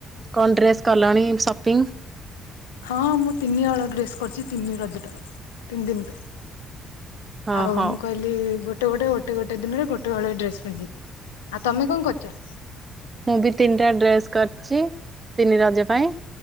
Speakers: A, on the right; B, on the left.
A: କଣ ଡ୍ରେସ୍ କଲଣି ସପିଙ୍ଗ୍?
B: ହଁ ମୁଁ ତିନି ହଳ ଡ୍ରେସ୍ କରିଛି ତିନି ରଜଟା ତିନି ଦିନି ପାଇଁ।
A: ହଁ
B: ଆଉ
A: ହଉ
B: ମୁଁ କହି ଗୋଟେ ଗୋଟେ ଗୋଟେ ଗୋଟେ ଦିନରେ ଗୋଟେ ହଳ ଡ୍ରେସ୍ ପିନ୍ଧିବି ଆଉ ତମେ କଣ କରିଚ?
A: ମୁଁ ବି ତିନିଟା ଡ୍ରେସ୍ କରିଚି ତିନି ରଜ ପାଇଁ।